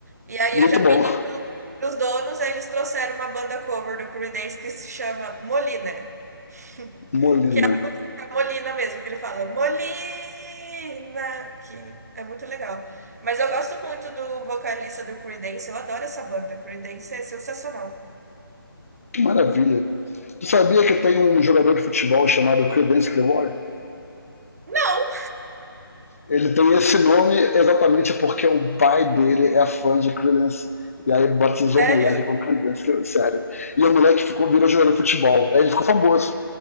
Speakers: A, on the right; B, on the left.
A: E aí
B: Muito
A: eu já
B: bom.
A: pedi pro, pros donos, aí eles trouxeram uma banda cover do Creedence que se chama Molina. <laughs>
B: Molina.
A: É a Molina mesmo, que ele fala, Molina, que é muito legal. Mas eu gosto muito do vocalista do Creedence, eu adoro essa banda. Creedence é sensacional.
B: Que maravilha. Tu sabia que tem um jogador de futebol chamado Credence Clearwater?
A: Não,
B: Ele tem esse nome exatamente porque o pai dele é fã de Creedence. E aí batizou
A: sério?
B: o moleque com Creedence, sério. E o moleque ficou, virou jogador de futebol. Aí ele ficou famoso.